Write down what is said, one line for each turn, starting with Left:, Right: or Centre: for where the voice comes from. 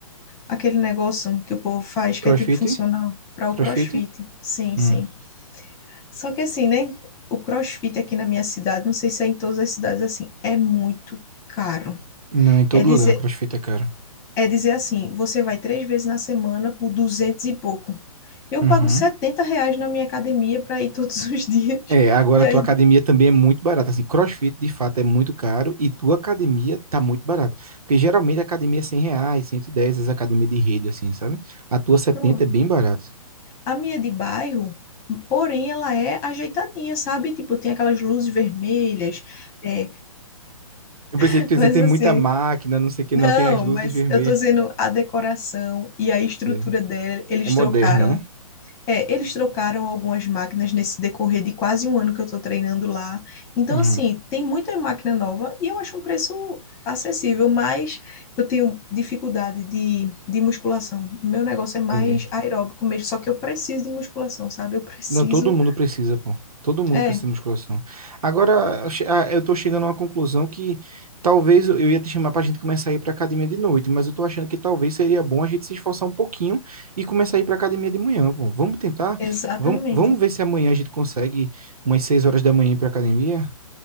Left: aquele negócio que o povo faz, que
Right: Crossfit?
Left: é tipo funcional, para
Right: Crossfit?
Left: o CrossFit?" Sim,
Right: Hum.
Left: sim. Só que assim, né? O CrossFit aqui na minha cidade, não sei se é em todas as cidades assim, é muito caro.
Right: Não, em todo
Left: É dizer,
Right: lugar, crossfit é caro.
Left: é dizer assim, você vai três vezes na semana por duzentos e pouco. Eu
Right: Uhum.
Left: pago 70 reais na minha academia para ir todos os dias. <laughs>
Right: É, agora
Left: E
Right: a tua
Left: aí,
Right: academia também é muito barata. Assim, CrossFit de fato é muito caro e tua academia tá muito barata. Porque geralmente a academia é 100 reais, 110 as academias de rede, assim, sabe? A tua setenta
Left: pronto.
Right: é bem barata.
Left: A minha é de bairro, porém, ela é ajeitadinha, sabe? Tipo, tem aquelas luzes vermelhas. é,
Right: Eu
Left: <laughs>
Right: pensei que tu ia
Left: mas
Right: dizer, tem
Left: assim,
Right: muita máquina, não sei o que,
Left: não,
Right: não, tem as luzes
Left: mas
Right: vermelhas.
Left: eu tô dizendo a decoração e a estrutura
Right: É
Left: dela, eles
Right: é moderna,
Left: trocaram
Right: né?
Left: É, eles trocaram algumas máquinas nesse decorrer de quase um ano que eu estou treinando lá. Então,
Right: Uhum,
Left: assim, tem muita máquina nova e eu acho um preço acessível, mas eu tenho dificuldade de, de musculação. O meu negócio é mais
Right: entendi.
Left: aeróbico mesmo, só que eu preciso de musculação, sabe? Eu preciso.
Right: Não, todo mundo precisa, pô. Todo mundo
Left: É,
Right: precisa de musculação. Agora, eu che- ah, eu tô chegando a uma conclusão que talvez eu eu ia te chamar pra gente começar a ir pra academia de noite, mas eu tô achando que talvez seria bom a gente se esforçar um pouquinho e começar a ir pra academia de manhã, pô. Vamos tentar?
Left: exatamente.
Right: Vamos, vamos ver se amanhã a gente consegue umas 6 horas da manhã ir pra academia,